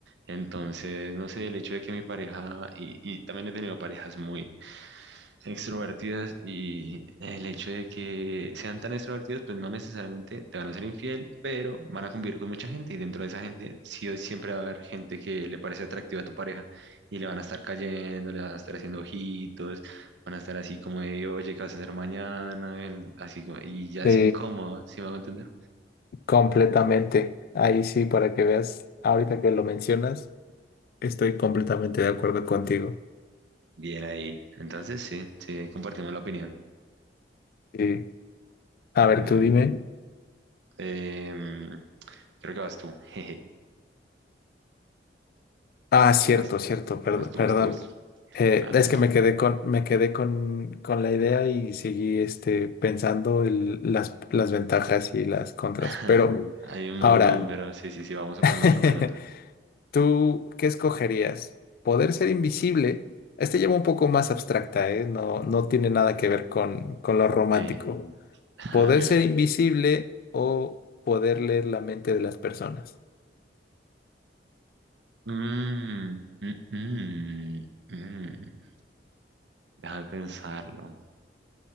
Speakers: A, on the right (about 80°); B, on the left (about 55°).
A: Entonces, no sé, el hecho de que mi pareja, y, y también he tenido parejas muy, extrovertidas y el hecho de que sean tan extrovertidas, pues no necesariamente te van a ser infiel, pero van a convivir con mucha gente y dentro de esa gente sí o siempre va a haber gente que le parece atractiva a tu pareja y le van a estar cayendo, le van a estar haciendo ojitos, van a estar así como de, oye, ¿qué vas a hacer mañana? em, Así como, y ya
B: Sí,
A: es incómodo, ¿sí me hago entender?
B: completamente. Ahí sí, para que veas, ahorita que lo mencionas, estoy completamente de acuerdo contigo.
A: Bien ahí. Entonces sí, sí, ahí compartimos la opinión.
B: Sí. A ver,
A: Mm,
B: tú dime.
A: em, creo que vas tú, <laughs> jeje,
B: Ah, cierto,
A: vas,
B: cierto, perdón,
A: vas tú,
B: perdón.
A: vas tú, vas tú.
B: Eh,
A: Nada,
B: es
A: tranqui.
B: que me quedé con, me quedé con, con la idea y seguí este, pensando el- las, las ventajas y las contras.
A: <laughs>
B: Pero
A: Hay un
B: ahora,
A: montón, pero sí, sí, sí, vamos a
B: <laughs>
A: con otra pregunta.
B: ¿Tú qué escogerías? ¿Poder ser invisible? Este lleva un poco más abstracta, ¿eh? No, no tiene nada que ver con, con lo romántico.
A: Okay. <laughs>
B: ¿Poder
A: Ok,
B: ser
A: ok,
B: invisible
A: ok.
B: o poder leer la mente de las personas?
A: Mm, mm, mm, mm. Deja de pensarlo.